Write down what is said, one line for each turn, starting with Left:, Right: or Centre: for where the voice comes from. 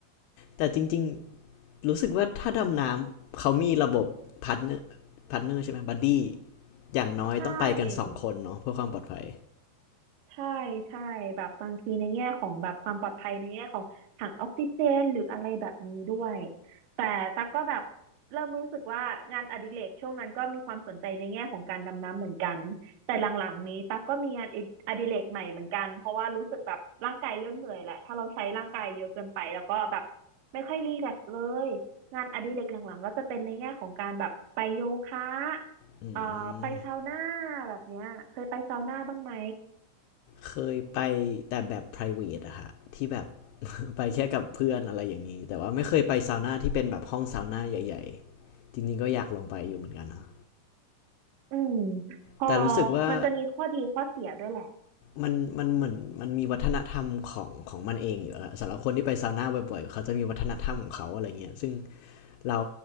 Left: แต่จริง รู้สึกว่าถ้าดำน้ำเขามีระบบพาร์ทเนอร์พาร์ทเนอร์ใช่ไหมบัดดี้อย่างน้อยต้องไปกันสองคนเนาะเพื่อความปลอดภัย
Right: <laughs> ใช่ ใช่ใช่แบบบางทีในแง่ของแบบความปลอดภัยในแง่ของถังออกซิเจนหรืออะไรแบบนี้ด้วยแต่ตั๊กก็แบบเริ่มรู้สึกว่างานอดิเรกช่วงนั้นก็มีความสนใจในแง่ของการดำน้ำเหมือนกันแต่หลังๆนี้ตั๊กก็มีงานอดิเรกใหม่เหมือนกันเพราะว่ารู้สึกแบบร่างกายเริ่มเหนื่อยแหละถ้าเราใช้ร่างกายเยอะเกินไปแล้วก็แบบไม่ค่อยรีแลกซ์เลยงานอดิเรกหลังๆก็จะเป็นในแง่ของการแบบไปโยคะ
Left: อื
Right: เอ่อไปซาวน่า
Left: ม
Right: แบบเนี้ยเคยไปซาวน่าบ้างไหม
Left: เคยไปแต่แบบ p r i v a t e อะฮะที่แบบ <laughs> ไปแค่กับเพื่อนอะไรอย่างนี้แต่ว่าไม่เคยไปซาวน่าที่เป็นแบบห้องซาวน่าใหญ่ๆจริงๆก็อยากลองไปอยู่เหมือนกันนะ
Right: อืมพอ
Left: แต่รู้สึกว่า
Right: มันจะมีข้อดีข้อเสียด้วยแหละ
Left: มันมันเหมือนมันมีวัฒนธรรมของของมันเองอยู่อะสำหรับคนที่ไปซาวน่าบ่อยๆเขาจะมีวัฒนธรรมของเขาอะไรเงี้ยซึ่ง เรา